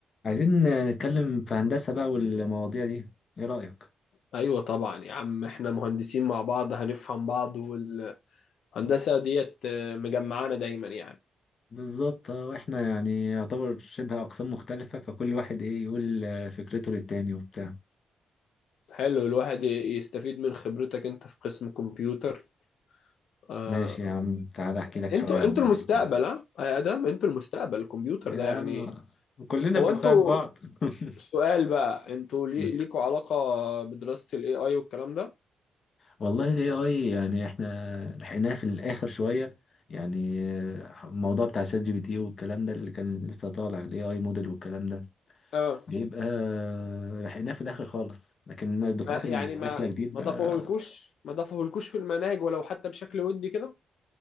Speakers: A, on the left (about 40°); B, on the left (about 75°).
A: عايزين نتكلم في هندسة بقى والمواضيع دي ايه رأيك
B: ايوه طبعا يا عم احنا مهندسين مع بعض هنفهم بعض والهندسه ديت مجمعانا دايما يعني
A: بالظبط آه، واحنا يعني يعتبر شبه أقسام مختلفة فكل واحد ايه يقول آه، فكرته للتاني وبتاع
B: حلو الواحد ي- يستفيد من خبرتك انت في قسم كمبيوتر آه،
A: ماشي يا عم تعالى احكي لك
B: انتوا
A: شوية عن
B: انتوا
A: القسم.
B: المستقبل ها يا ادم انتوا المستقبل الكمبيوتر
A: يا
B: ده يعني
A: عم كلنا
B: هو
A: بنساعد
B: انتوا
A: بعض <laughs>
B: سؤال بقى انتوا لي-
A: مم.
B: ليكوا علاقه بدراسه الاي اي والكلام ده
A: والله ال AI يعني احنا لحقناه في الآخر شوية يعني آه، الموضوع بتاع شات جي بي تي والكلام ده اللي كان لسه طالع ال AI موديل والكلام ده
B: اه
A: بيبقى لحقناه في الاخر خالص لكن الدفعات
B: ما
A: اللي
B: يعني ما
A: داخله جديد
B: ما
A: بقى
B: ضافوهولكوش ما ضافوهولكوش في المناهج ولو حتى بشكل ودي كده